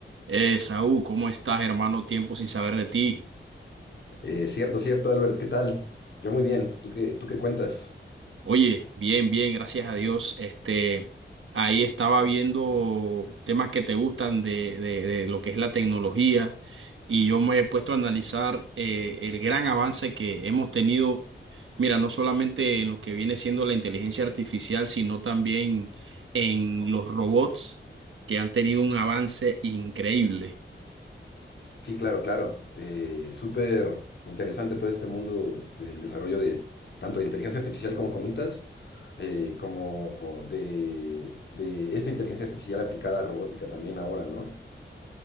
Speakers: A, on the right (about 80°); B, on the left (about 60°).
A: Eh, Saúl, ¿cómo estás, hermano? Tiempo sin saber de ti.
B: Eh, cierto, cierto, Albert, ¿qué tal? Yo muy bien, ¿tú qué, tú qué cuentas?
A: Oye, bien, bien, gracias a Dios. Este, ahí estaba viendo temas que te gustan de, de- de lo que es la tecnología y yo me he puesto a analizar eh, el gran avance que hemos tenido, mira, no solamente en lo que viene siendo la inteligencia artificial, sino también en los robots que han tenido un avance increíble.
B: Sí, claro, claro. Eh, súper interesante todo este mundo del desarrollo de tanto de inteligencia artificial como comentas, eh, como de, de esta inteligencia artificial aplicada a robótica también ahora, ¿no?